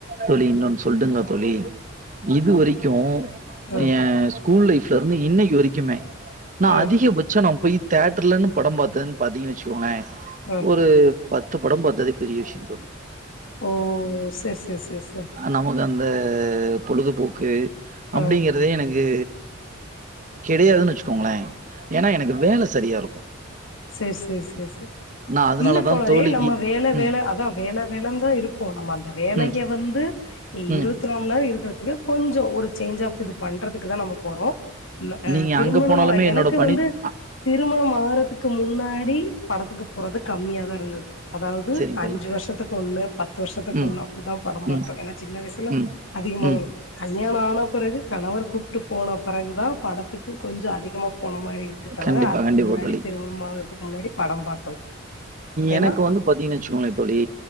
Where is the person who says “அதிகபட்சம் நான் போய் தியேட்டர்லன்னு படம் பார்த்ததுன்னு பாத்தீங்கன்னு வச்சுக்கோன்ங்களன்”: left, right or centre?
Right